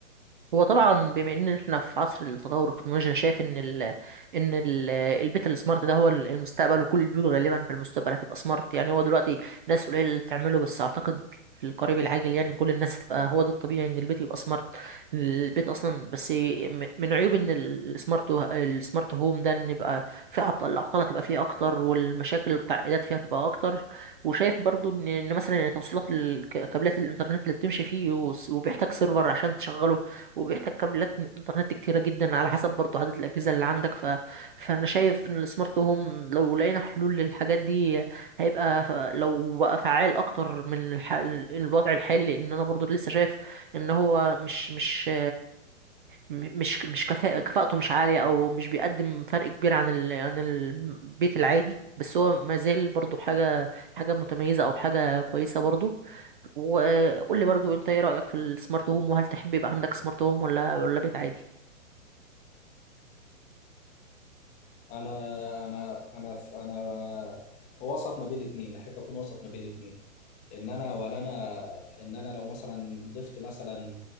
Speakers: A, on the right; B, on the left.
A: هو طبعا بما ان احنا في عصر التطور التكنولوجي انا شايف ان ال ان ال البيت السمارت ده هو المستقبل وكل البيوت غالبا في المستقبل هتبقى سمارت يعني هو دلوقتي ناس قليله اللي بتعمله بس اعتقد في القريب العاجل يعني كل الناس هتبقى هو ده الطبيعي ان البيت يبقى سمارت البيت اصلا بس م- من عيوب ان ال- السمارت و- السمارت هوم ده ان يبقى في عطل الاعطال هتبقى فيه اكتر والمشاكل والتعقيدات فيها تبقى اكتر وشايف برضو ان إن مثلا يعني توصيلات ال- ك- كابلات الانترنت اللي بتمشي فيه وس- وبيحتاج سيرفر عشان تشغله وبيحتاج كابلات انترنت كتيرة جدا على حسب برضو عدد الأجهزة اللي عندك ف... فأنا شايف إن السمارت هوم لو لقينا حلول للحاجات دي هيبقى ف... لو بقى فعال أكتر من الح... الوضع الحالي لأن أنا برضو لسه شايف إن هو مش مش م- مش مش كفاءة كفاءته مش عالية أو مش بيقدم فرق كبير عن ال... عن البيت العادي بس هو ما زال برضو حاجة حاجة متميزة أو حاجة كويسة برضو وقول لي برضو أنت إيه رأيك في السمارت هوم وهل تحب يبقى عندك سمارت هوم ولا ولا بيت عادي؟
B: انا انا انا ف- انا وسط ما بين الاثنين احب اكون وسط ما بين الاثنين ان انا ولا انا ان انا لو مثلا ضفت مثلا